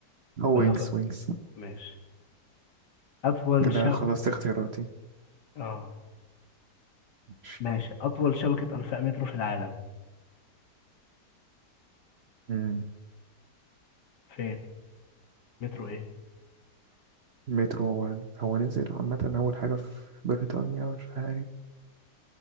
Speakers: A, on the right; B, on the left.
A: هو
B: ولا
A: وينجز
B: ف...
A: وينجز
B: ماشي اطول
A: كده
B: شب
A: خلصت اختياراتي
B: اه
A: ماشي.
B: ماشي اطول شبكة انفاق مترو في العالم
A: مم.
B: فين مترو ايه
A: مترو هو هو نزل عامة أول حاجة في بريطانيا مش عارف